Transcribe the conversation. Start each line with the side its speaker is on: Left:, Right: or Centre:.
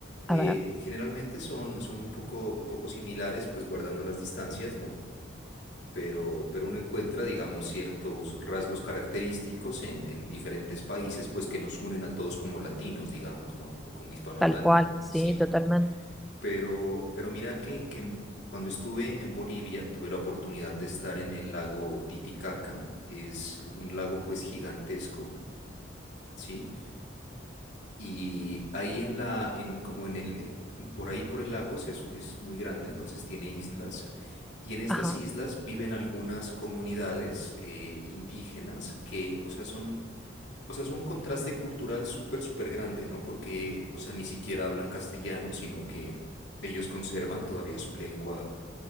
Left: Eh,
Centre: A ver,
Left: generalmente son, son un poco, un poco similares, pues guardando las distancias, ¿no? Pero, pero uno encuentra, digamos, ciertos rasgos característicos en, en diferentes países, pues que nos unen a todos como latinos, digamos, ¿no? O como hispanohablantes,
Centre: tal cual, sí,
Left: sí.
Centre: totalmente.
Left: Pero, pero mira que, que en- cuando estuve en Bolivia, tuve la oportunidad de estar en el lago Titicaca, es un lago pues gigantesco, ¿sí? Y ahí en la, en, como en el, eh, por ahí por el lago, o sea, es, un- es muy grande, entonces tiene islas, y en estas
Centre: Ajá,
Left: islas viven algunas comunidades eh, indígenas que, o sea, son o sea, es un contraste cultural súper, súper grande, ¿no? Porque, o sea, ni siquiera hablan castellano, sino que ellos conservan todavía su lengua,